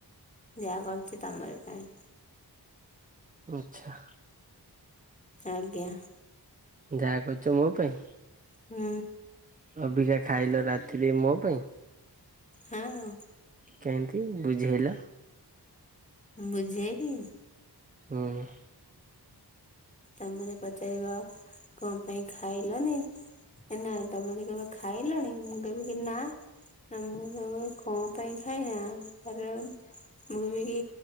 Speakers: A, on the left; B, on the right.
A: ଯାହା କରୁଛି ତମର ପାଇଁ।
B: ମିଛ।
A: ଆଜ୍ଞା।
B: ଯାହା କରୁଛ ମୋ ପାଇଁ?
A: ହୁଁ।
B: ଅବିକା ଖାଇଲ ରାତିରେ ମୋ ପାଇଁ?
A: ହଁ।
B: କେମିତି ବୁଝେଇଲ?
A: ବୁଝେଇବି।
B: ହୁଁ।
A: ତମେ ମତେ ପଚାରିବ କଣ ପାଇଁ ଖାଇଲନି? ଏ ନା ତମେ ଯଦି କହିବ ଖାଇଲଣି ମୁଁ କହିବି କି ନା ଆ ମୁଁ ତମ କଣ ପାଇଁ ଖାଇବା ତାଲେ ମୁଁ ବିକି